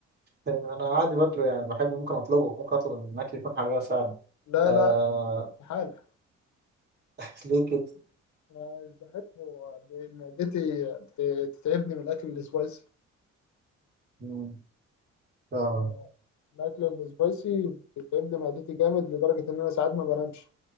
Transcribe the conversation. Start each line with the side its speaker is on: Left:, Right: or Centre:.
Right: آه، انا عادي باكله يعني بحبه ممكن اطلبه ممكن اطلب ان الاكل يكون حراق فعلا
Left: لا
Right: آه
Left: لا استحاله
Right: <laughs> ليه كده
Left: أنا مش بحبه معدتي بت- بتتعبني من الاكل السبايسي
Right: مم، فاهمك
Left: آه، الاكل السبايسي بيتعبني معدتي جامد لدرجه ان انا ساعات ما بنامش